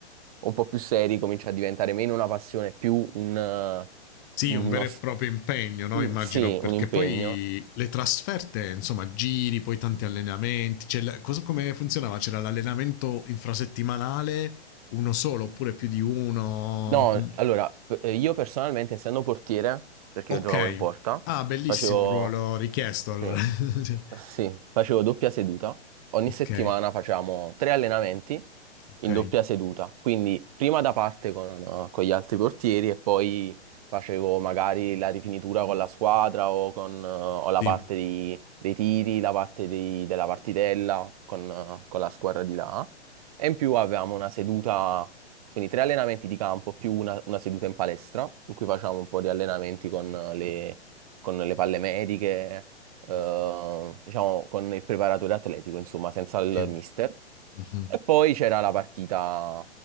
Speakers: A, on the right; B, on the left.
A: un po' più seri comincia a diventare meno una passione, più un, eh,
B: Sì,
A: uno
B: un vero
A: s-
B: e proprio impegno, no?
A: un-
B: Immagino,
A: sì,
B: perché
A: un impegno.
B: poi le trasferte, insomma, giri, poi tanti allenamenti. Cioè, la- cosa, come funzionava? C'era l'allenamento infrasettimanale, uno solo oppure più di uno?
A: No,
B: Com-
A: allora, p- eh, io personalmente essendo portiere, perché
B: ok.
A: io giocavo in porta,
B: Ah, bellissimo
A: facevo,
B: ruolo richiesto allora.
A: sì.
B: <laughs> Cioè,
A: Sì, facevo doppia seduta. Ogni
B: ok,
A: settimana facevamo tre allenamenti
B: ok.
A: in doppia seduta. Quindi prima da parte con, eh, con gli altri portieri e poi facevo magari la rifinitura con la squadra o con eh, o la
B: Sì,
A: parte di- dei tiri, la parte dei- della partitella con, eh, con la squadra di là. E in più avevamo una seduta, quindi tre allenamenti di campo più una, una seduta in palestra in cui facevamo un po' di allenamenti con eh, le con le palle mediche eh, diciamo, con il preparatore atletico, insomma, senza il
B: sì.
A: mister.
B: Mhm.
A: E poi c'era la partita,